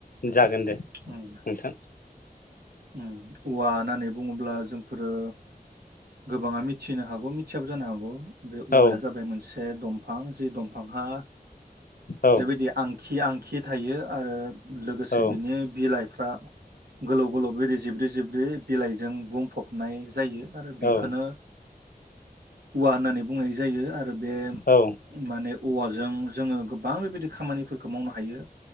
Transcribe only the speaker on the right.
उम।
उम औवा होननानै बुङोब्ला जोंफोरो गोबाङा मिथिनो हागौ मिथियाबो जानो हागौ। बे औवाया
जाबाय मोनसे बे दंफां जि दंफाहा
बेबायदि आं खि आंखि थायो आरो। लोगोसे
बिनि बिलाइ फ्रा गोलाव गोलाव बेदि जिब्रै जिब्रै बिलाइजों बुंफबनाय जायो आरो खोनो
औवा होननानै बुंनाय जायो आरो आरो बे
माने औवाजों जोङो गोबां बेबायदि खामानिफोरखौ मावनो हायो